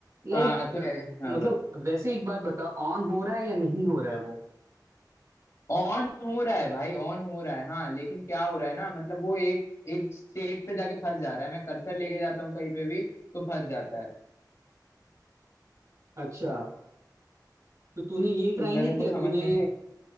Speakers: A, on the right; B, on the left.
A: लाइक
B: हाँ तो है हाँ
A: मतलब
B: बत
A: वैसे एक बात बता ऑन हो रहा है या नहीं हो रहा है वो
B: ऑन हो रहा है भाई ऑन हो रहा है हाँ लेकिन क्या हो रहा है ना मतलब वो एक एक स्टेट पे जाके फंस जा रहा है मैं कर्सर लेके जाता हूँ कहीं पे भी तो फंस जाता है
A: अच्छा तो तूने ये ट्राई
B: तो मेरे
A: नहीं किया
B: को समझ
A: तूने
B: में नहीं आ-